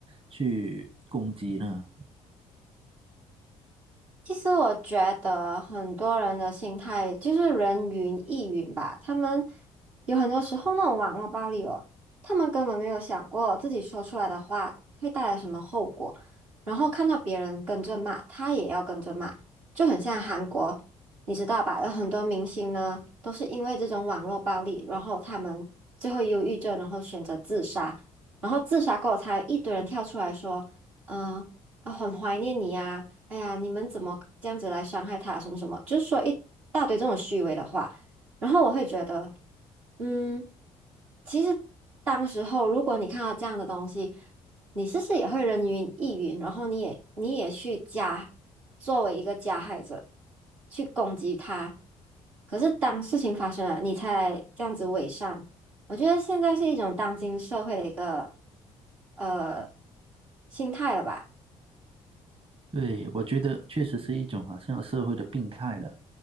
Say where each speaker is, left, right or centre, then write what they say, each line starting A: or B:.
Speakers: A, on the right; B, on the right.
A: 去攻击呢？
B: 其实我觉得很多人的心态就是人云亦云吧，他们有很多时候那种网络暴力哦，他们根本没有想过自己说出来的话会带来什么后果，然后看到别人跟着骂，他也要跟着骂，就很像韩国，你知道吧？有很多明星呢都是因为这种网络暴力，然后他们最后忧郁症，然后选择自杀，然后自杀过后才有一堆人跳出来说，嗯、啊很怀念你啊。哎呀，你们怎么这样子来伤害他？什么什么，就是说一大堆这种虚伪的话。然后我会觉得，嗯，其实当时候如果你看到这样的东西，你是不是也会人云亦云？然后你也你也去加，作为一个加害者去攻击他。可是当事情发生了，你才来这样子伪善。我觉得现在是一种当今社会的一个呃心态了吧。
A: 对，我觉得确实是一种好像社会的病态了。